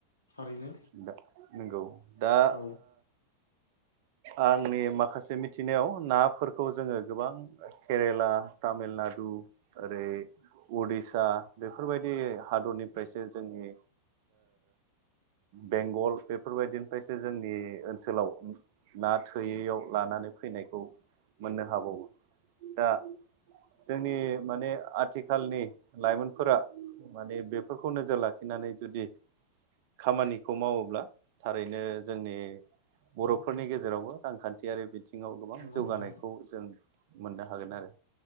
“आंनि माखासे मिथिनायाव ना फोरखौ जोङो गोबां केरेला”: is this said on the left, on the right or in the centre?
Right